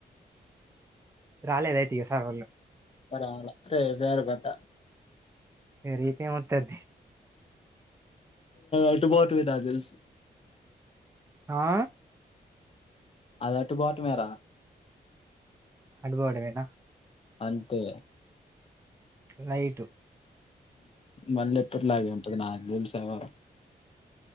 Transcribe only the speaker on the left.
గట్ట
అట్టు బటావి నాకు తెలుసు
అది అట్టుబోటమే రా
అంతే
మళ్ళీ ఎప్పటిలాగే ఉంటది నాలుగు శనివారం